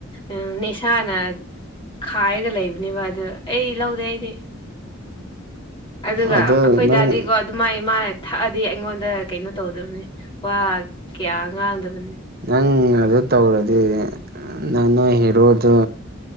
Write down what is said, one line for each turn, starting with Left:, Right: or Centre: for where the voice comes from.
Left: ꯎ ꯅꯦꯁꯥꯅ ꯈꯥꯏꯔꯒ ꯂꯩꯕꯅꯦꯕ ꯑꯗꯨ ꯑꯩ ꯂꯧꯗꯦ ꯑꯩꯗꯤ ꯑꯗꯨꯒ
Right: ꯑꯗꯨ
Left: ꯑꯩꯈꯣꯏꯗꯗꯥꯗꯤꯀꯣ
Right: ꯅꯪ
Left: ꯑꯗꯨꯃꯥꯏꯅ ꯃꯥꯥꯏ ꯊꯛꯑꯗꯤ ꯑꯩꯉꯣꯟꯗ ꯀꯩꯅꯣ ꯇꯧꯗꯕꯅꯤ ꯋꯥ ꯀꯌꯥ ꯉꯥꯡꯗꯕꯅꯤ
Right: ꯅꯪ ꯑꯗꯨ ꯇꯧꯔꯗꯤ ꯅꯪ ꯅꯣꯏ ꯍꯦꯔꯣꯗ